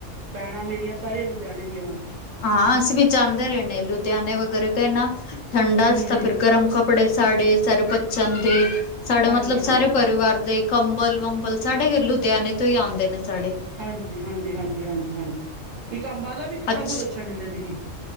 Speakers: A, on the right; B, on the left.
A: ਭੈਣਾਂ ਮੇਰੀਆਂ ਸਾਰੀਆਂ ਲੁਧਿਆਣੇ ਦੀਆਂ ਵਾ।
B: ਹਾਂ, ਅਸੀਂ ਵੀ ਜਾਂਦੇ ਰੇਣੇ, ਲੁਧਿਆਣੇ ਵਗੈਰਾ ਤੇ ਏਨਾ ਠੰਡਾ
A: ਹਮ
B: ਅਸੀ ਤਾਂ
A: ਹਮ
B: ਫਿਰ ਗਰਮ ਕੱਪੜੇ ਸਾਡੇ ਸਾਰੇ ਪ ਜਾਂਦੇ, ਸਾਡੇ
A: ਹਾਂਜੀ
B: ਮਤਲਬ
A: ਹਾਂਜੀ
B: ਸਾਰੇ ਪਰਿਵਾਰ ਦੇ ਕੰਬਲ-ਵੰਬਲ, ਸਾਡੇ ਲੁਧਿਆਣੇ ਤੋ ਈ ਆਂਦੇ ਨੇ ਸਾਡੇ।
A: ਹਾਂਜੀ-ਹਾਂਜੀ, ਹਾਂਜੀ- ਹਾਂਜੀ, ਹਾਂਜੀ। ਇੱਕ ਅੰਬਲਾ ਵੀ ਕੱਪੜਾ
B: ਅੱਛ
A: ਬੋਤ ਅੱਛਾ ਮਿਲਦਾ ਦੀਦੀ।